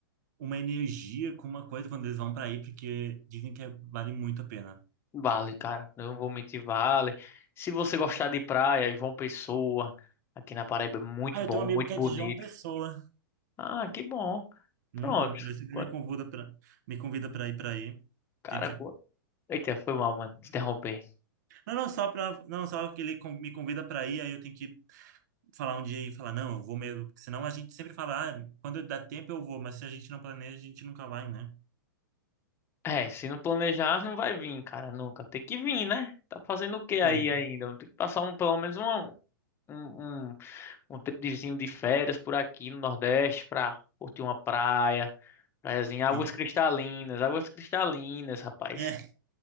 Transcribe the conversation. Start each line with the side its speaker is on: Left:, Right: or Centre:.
Right: uma energia, com uma coisa quando eles vão pra aí, porque dizem que é, vale muito a pena.
Left: vale, cara. Não vou mentir, vale. Se você gostar de praia, João Pessoa, aqui na Paraíba é muito
Right: Ah, eu
Left: bom,
Right: tenho um amigo
Left: muito
Right: que
Left: bonito.
Right: é de João Pessoa.
Left: Ah, que bom.
Right: Uhum.
Left: Pronto.
Right: Ele sempre
Left: Quando-
Right: me convida para me convida para ir para aí.
Left: Cara,
Right: Tem que
Left: co- eita, foi mal, mano. Interromper.
Right: Não, não só para não só que ele con- me convida para ir, aí eu tenho que falar um dia e falar não, eu vou mesmo, porque senão a gente sempre fala, ah, quando dá tempo eu vou, mas se a gente não planeja, a gente nunca vai, né?
Left: É, se não planejar, não vai vir, cara, nunca. Tem que vir, né? Tá fazendo o que aí
Right: Pois é.
Left: ainda? Tem que passar um, pelo menos um, um, um, um tempozinho de férias por aqui no Nordeste pra curtir uma praia, praiazinha, águas
Right: Sim.
Left: cristalinas, águas cristalinas, rapaz.
Right: É,